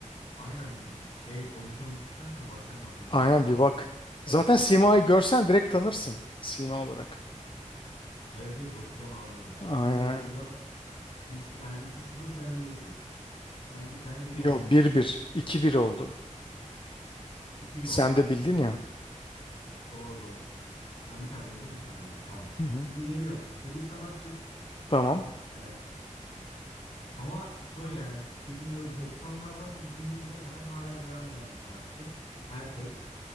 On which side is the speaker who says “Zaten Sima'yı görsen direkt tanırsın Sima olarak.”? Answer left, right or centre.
Left